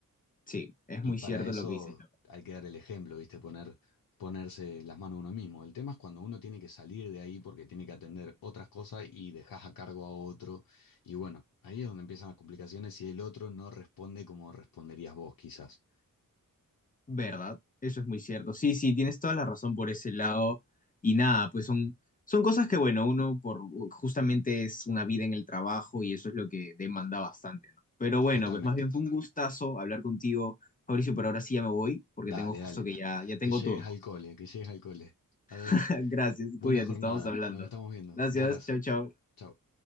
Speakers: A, on the left; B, on the left.
A: Sí, es
B: Y
A: muy
B: para
A: cierto
B: eso
A: lo que dices.
B: hay que dar el ejemplo, ¿viste? Poner, ponerse las manos uno mismo. El tema es cuando uno tiene que salir de ahí porque tiene que atender otras cosas y dejas a cargo a otro. Y bueno, ahí es donde empiezan las complicaciones si el otro no responde como responderías vos, quizás.
A: ¿Verdad? Eso es muy cierto. Sí, sí, tienes toda la razón por ese lado. Y nada, pues son, son cosas que, bueno, uno por justamente es una vida en el trabajo y eso es lo que demanda bastante, ¿no? Pero bueno,
B: Totalmente.
A: pues más bien fue un gustazo hablar contigo, Fabricio, pero ahora sí ya me voy porque
B: Dale,
A: tengo justo
B: dale.
A: que ya, ya tengo
B: Que llegues
A: turno.
B: al cole, que llegues al cole. Abel,
A: <laughs> Gracias,
B: buena
A: cuídate,
B: jornada.
A: estamos hablando.
B: Nos estamos viendo.
A: Gracias,
B: Un abrazo.
A: chau, chau.
B: Chau.